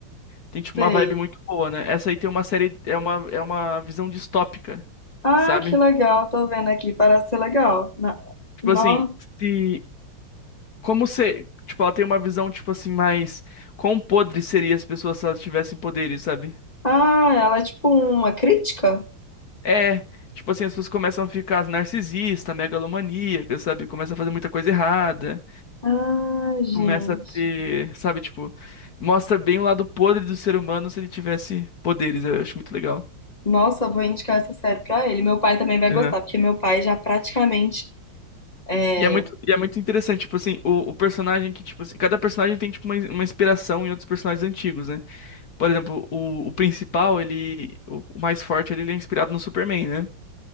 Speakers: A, on the left (about 55°); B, on the left (about 25°).
A: Tem, tipo,
B: Sei.
A: uma vibe muito boa, né? Essa aí tem uma série. É uma, é uma visão distópica,
B: Ah,
A: sabe?
B: que legal. Tô vendo aqui. Parece ser legal.
A: Tipo
B: Não.
A: assim, se. Como se Tipo, ela tem uma visão, tipo assim, mais. Quão podre seria as pessoas se elas tivessem poderes, sabe?
B: Ah, ela é tipo uma crítica?
A: É, tipo assim, as pessoas começam a ficar narcisista, megalomaníaca, sabe? Começa a fazer muita coisa errada,
B: Ah, gente.
A: começa a ter, sabe, tipo, mostra bem o lado podre do ser humano se ele tivesse poderes, eu acho muito legal.
B: Nossa, eu vou indicar essa série pra ele. Meu pai também vai
A: Aham.
B: gostar, porque meu pai já praticamente é
A: E é muito, e é muito interessante, tipo assim, o, o personagem que, tipo assim, cada personagem tem, tipo, uma, uma inspiração em outros personagens antigos, né? Por exemplo, o, o principal, ele, o, o mais forte, ele, ele é inspirado no Superman, né?